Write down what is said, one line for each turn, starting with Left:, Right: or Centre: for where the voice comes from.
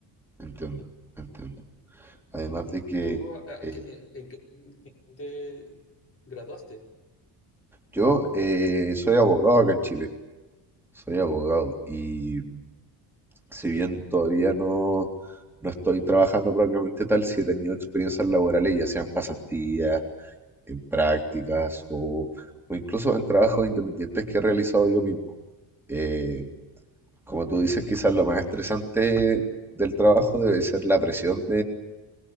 Centre: Entiendo, entiendo. Además
Left: Ujú.
Centre: de que
Left: ¿Y tú a
Centre: eh,
Left: a qué en en qué en qué te graduaste?
Centre: yo eh, soy abogado acá en Chile, soy abogado y Si bien todavía no, no estoy trabajando propiamente tal, sí he tenido experiencias laborales, ya sean pasantías, en prácticas o, o incluso en trabajos independientes que he realizado yo mismo. Eh, como tú dices, quizás lo más estresante del trabajo debe ser la presión